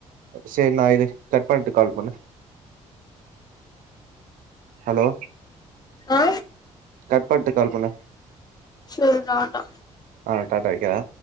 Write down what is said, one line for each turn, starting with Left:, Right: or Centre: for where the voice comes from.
Right: சேர் நா இது கட் பண்ட்டு கால் பண்ணு ஹலோ
Left: ஆ
Right: கட் பண்ட்டு கால் பண்ணு
Left: சேரி டாட்டா
Right: ஆ டாட்டா வெக்கறே